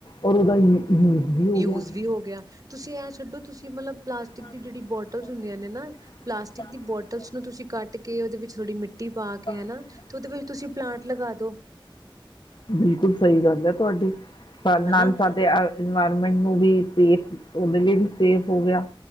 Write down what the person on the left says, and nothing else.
ਔਰ ਉਹਦਾ ਯੂਜ਼ ਵੀ ਹੋ
ਗਿਆ ਯੂਜ਼ ਹੋ ਗਿਆ। ਤੁਸੀਂ
ਇਹ
ਦੇਖੋ, ਤੁਸੀਂ ਅਗਰ ਪਲਾਸਟਿਕ
ਦੀ
ਜਿਹੜੀ ਬੋਟਲ
ਹੁੰਦੀ ਹੈ ਨਾ,
ਬੋਟਲ
ਜਿਹੜੀ
ਨਾ,
ਬਿਲਕੁਲ ਸਹੀ ਗੱਲ ਹੈ ਤੁਹਾਡੀ ਤੁਹਾਡ ਨਾਲ
ਸਾਡੇ ਐ ਇਨਵਾਇਰਮੈਂਟ ਨੂੰ ਵੀ ਸੇਫ ਉਹਦੇ ਲਈ ਵੀ ਸੇਫ ਹੋ ਗਿਆ